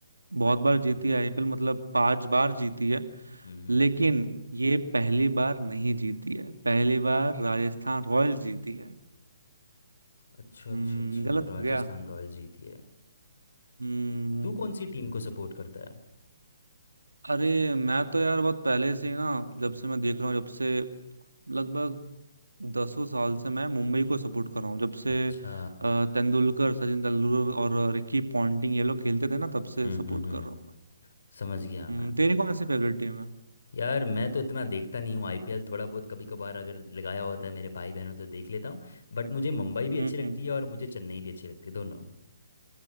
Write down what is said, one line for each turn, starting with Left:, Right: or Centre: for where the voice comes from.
Right: बहुत बार
Left: हम्म
Right: जीती है आईपीएल मतलब पांच बार जीती है
Left: हम्म।
Right: लेकिन ये पहली बार नहीं जीती है पहली बार
Left: हम्म।
Right: राजस्थान रॉयल्स जीती है
Left: अच्छा
Right: हम्म
Left: अच्छा अच्छा
Right: गलत
Left: राजस्थान
Right: हो गया
Left: रॉयल्स जीती है
Right: हम्म
Left: तू कौन सी टीम को सपोर्ट करता है
Right: अरे मैं तो यार बहुत पहले से ही ना जब से मैं देख रहा हूँ जब से लगभग दसों साल से मैं मुंबई को सपोर्ट कर रहा हूँ जब से
Left: अच्छा
Right: अ, तेंदुलकर सचिन तेंदुलकर और रिकी पॉन्टिंग ये लोग खेलते थे ना तब से
Left: हम्म
Right: सपोर्ट
Left: हम्म हम्म,
Right: कर रहा हूँ
Left: समझ गया
Right: हम्म,
Left: मैम
Right: तेरी कौन सी फेवरेट टीम है
Left: यार मैं तो इतना देखता नहीं हूँ आईपीएल थोड़ा बहुत कभी कभार अगर लगाया होता है मेरे भाई बहनों तो देख लेता हूँ बट मुझे मुंबई भी अच्छी
Right: हम्म
Left: लगती
Right: हम्म
Left: है और मुझे चेन्नई भी अच्छी लगती है दोनों